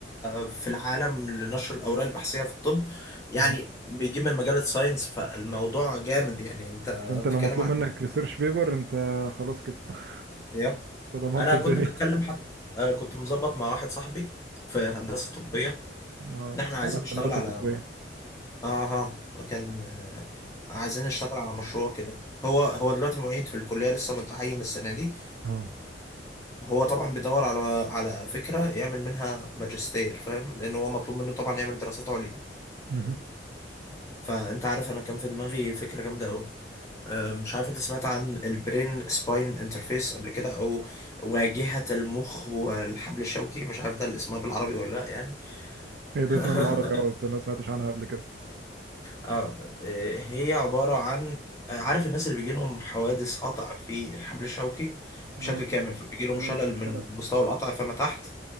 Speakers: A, on the left; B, on the right.
A: في العالم لنشر الاوراق البحثيه في الطب يعني
B: مهم.
A: بيجيب من مجله ساينس فالموضوع جامد يعني انت
B: فانت
A: بتتكلم
B: لو مطلوب منك ريسيرش بيبر انت خلاص كده <laughs>
A: عن
B: أنت ضمنت
A: انا
B: الدنيا
A: كنت بتكلم حد آه، كنت مظبط مع واحد صاحبي في هندسه طبيه
B: اه
A: ان احنا عايزين
B: انا في
A: نشتغل
B: هندسه
A: على
B: طبيه
A: اه آه، آه، كان آه، عايزين نشتغل على مشروع كده هو هو دلوقتي معيد في الكليه لسه متعين السنه دي
B: اه
A: فهو طبعا بيدور على على فكره يعمل منها ماجستير فاهم لان هو مطلوب منه طبعا يعمل دراسات عليا
B: مهم.
A: فانت عارف انا كان في دماغي فكره جامده قوي آه، مش عارف انت سمعت عن البرين سباين انترفيس قبل كده او واجهة المخ والحبل الشوكي مش عارف ده اللي اسمها بالعربي ولا لا يعني
B: هي
A: <laughs>
B: ده اسمها بالعربي اه بس انا ما سمعتش عنها قبل كده
A: اه آه، هي عبارة عن آه، عارف الناس اللي بيجي لهم حوادث قطع في الحبل الشوكي
B: اه
A: بشكل كامل فبيجي لهم
B: ده
A: شلل من
B: سلام
A: مستوى القطع فما تحت